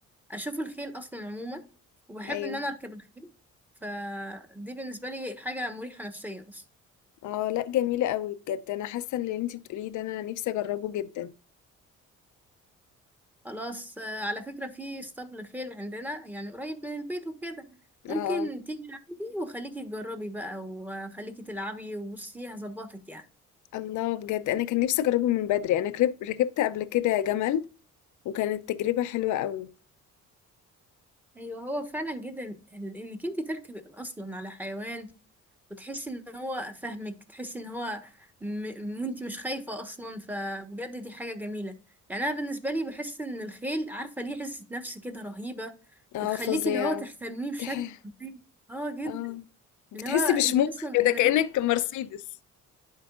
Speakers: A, in the centre; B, on the left.
A: أشوف الخيل أصلا عموما وبحب
B: ايوه
A: إن أنا أركب الخيل فدي بالنسبة لي حاجة مريحة نفسيا أصلا
B: اه لا جميلة قوي بجد انا حاسة ان اللي انتي بتقوليه ده انا نفسي اجربه جدا
A: خلاص آه، على فكرة في اسطبل خيل عندنا يعني قريب من البيت وكده ممكن
B: اه آه.
A: تيجي عندي وخليكي تجربي بقى وخليكي تلعبي وبصي هظبطك يعني
B: الله بجد انا كان نفسي اجربه من بدري انا كرب- ركبت قبل كده جمل وكانت تجربة حلوة قوي
A: ايوه هو فعلا جدا ال- انك انت تركبي اصلا على حيوان وتحسي ان هو فاهمك تحسي ان هو م... وانت مش خايفة اصلا فبجد دي حاجة جميلة يعني انا بالنسبة لي بحس ان الخيل عارفة ليه عزة نفس كده رهيبة
B: اه
A: بتخليكي
B: فظيعة
A: اللي هو تحترميه بشكل
B: تح...
A: اه جدا
B: اه بتحسي
A: اللي هو انت
B: بشموخ
A: اصلا
B: كده
A: بتملكي
B: كأنك مرسيدس